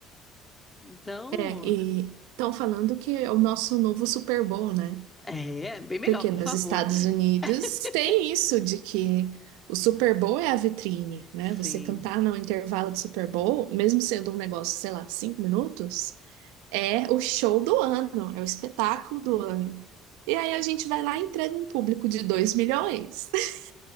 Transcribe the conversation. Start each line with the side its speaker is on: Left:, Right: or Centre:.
Left: Então,
Right: É, e estão falando que é o nosso novo Super Bowl, né?
Left: é, bem melhor,
Right: Porque
Left: por
Right: nos
Left: favor.
Right: Estados Unidos
Left: <laughs>
Right: tem isso de que o Super Bowl é a vitrine, né?
Left: Sim.
Right: Você cantar no intervalo do Super Bowl, mesmo sendo um negócio, sei lá, cinco minutos, é o show do ano, é o espetáculo do ano. E aí a gente vai lá e entrega um público de 2 milhões. <laughs>